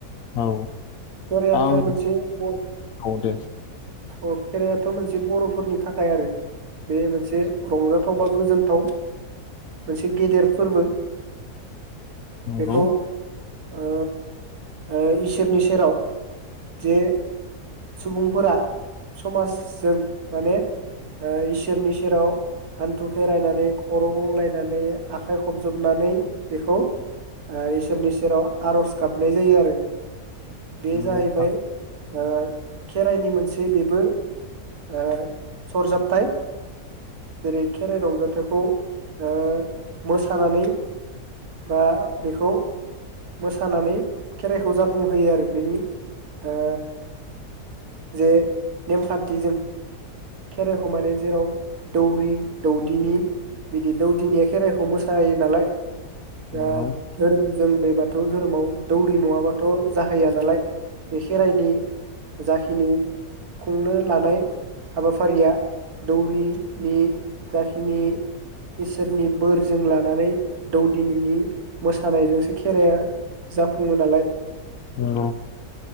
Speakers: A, on the left (about 65°); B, on the right (about 70°).
A: औ
B: खेराइयाथ'
A: आं
B: मोनसे बर'
A: औ दे
B: अ खेराइयाथ' मोनसे बर'फोरनि थाखाय आरो बे मोनसे मोनसे रंजाथाव बा गोजोनथाव मोनसे गेदेर फोरबो
A: नंगौ
B: बेखौ ओ ओ इसोरनि सेराव जे सुबुंफोरा समाजजों माने ओ इसोरनि सेराव हान्थु खेरायनानै खर' गंलायनानै आखाइ खबजोबनानै बेखौ ओ इसोरनि सेराव आर'ज गाबनाय जायो आरो बे जाहैबाय
A: नोंथां
B: ओ खेराइनि मोनसे बे बो ओ सरजाबथाय जेरै खेराइ रंजाथाइखौ ओ मोसानानै बा ओ बेखौ मोसानानै खेराइखौ जाफुंहोयो ओ जे नेमखान्थिजों खेराइखौ माने जेराव दौरि दौदिनि बिदि दौदिनिया खेराइखौ मोसायो नालाय ओ दा
A: नंगौ
B: धोरोम जों बे बाथौ धोरोमाव दौरि नङाबाथ' जाहैया नालाय बे खेराइनि जाखिनि खुंनो लानाय हाबाफारिया दौरिनि जाखिनि इसोरनि बोरजों लानानै दौदिनिनि मोसानायजोंसो खेराइ जाफुङो नालाय।
A: औ